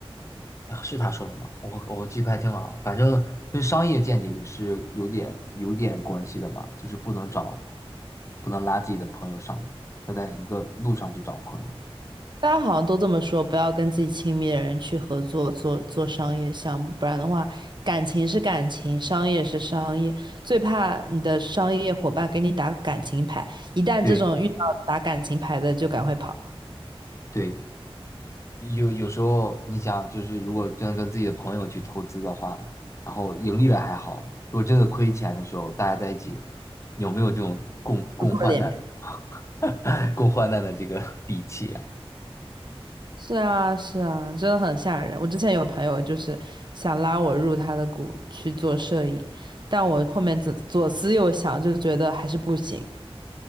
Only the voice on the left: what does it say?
啊是他说的吗？我我记不太清了啊反正跟商业见解也是有点有点关系的嘛，就是不能找，不能拉自己的朋友上路，要在一个路上去找朋友。
对
对，有有时候你想，就是如果真的跟自己的朋友去投资的话，然后盈利了还好，如果真的亏钱的时候，大家在一起有没有这种共共患难、
<laughs> 共患难的这个底气啊？